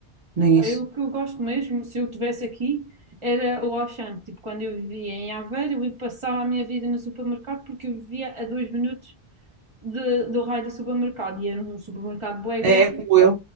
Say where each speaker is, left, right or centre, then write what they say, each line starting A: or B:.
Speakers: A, on the right; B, on the right.
A: nem isso.
B: eu, o que eu gosto mesmo, se eu estivesse aqui, era o Auchan. Tipo, quando eu vivia em Aveiro, eu passava a minha vida no supermercado porque eu vivia a dois minutos de- do raio do supermercado. E era um supermercado bué
A: É
B: grande.
A: como eu,